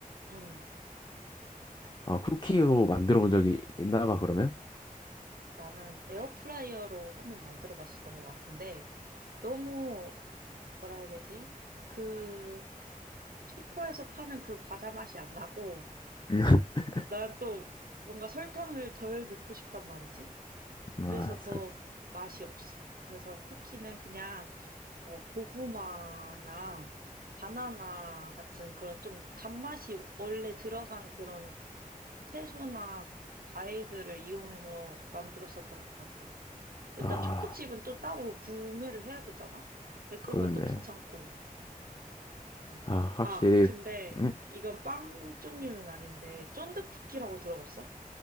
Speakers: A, on the right; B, on the left.
A: 응.
B: 아 쿠키로 만들어 본 적이 있나 봐 그러면
A: 나는 에어프라이어로 한번 만들어 봤었던 것 같은데, 너무, 뭐라 해야 되지? 그, 슈퍼에서 파는 그 과자 맛이 안 나고,
B: <laughs>
A: 난 또 뭔가 설탕을 덜 넣고 싶단 말이지?
B: 아
A: 그래서
B: 살짝
A: 더 맛이 없어. 그래서 쿠키는 그냥 어, 고구마나 바나나 같은 그런 좀 단맛이 원래 들어간 그런 채소나 과일들을 이용해서 만들었었던 것 같아. 일단
B: 아
A: 초코칩은 또 따로 구매를 해야 되잖아? 근데 그런
B: 그러네
A: 것도 귀찮고. 어.
B: 아, 확실히,
A: 아, 근데
B: 응?
A: 이건 빵 종류는 아닌데 쫀득쿠키라고 들어봤어?